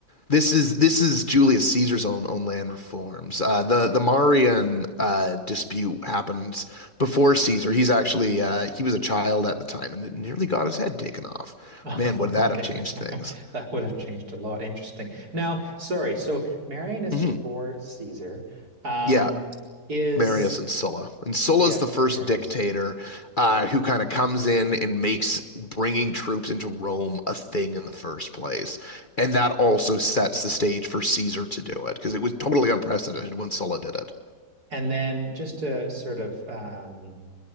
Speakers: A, on the left; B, on the right.
A: This is this is Julius Caesar's own own land reforms. Uh, the the Marian uh, dispute happens before Caesar. He's actually uh, he was a child at the time and it nearly got his head taken off.
B: <laughs>
A: Man, would that
B: Okay.
A: have changed
B: <laughs>
A: things?
B: That would have changed a lot. Interesting. Now, sorry. So Marian is
A: hmm
B: before Caesar. Um,
A: Yeah,
B: is
A: Marius and Sulla. And Sulla's
B: yeah,
A: the first
B: Marius.
A: dictator uh, who kind of comes in and makes bringing troops into Rome a thing in the first place. And that also sets the stage for Caesar to do it because it was totally unprecedented when Sulla did it.
B: And then just to sort of um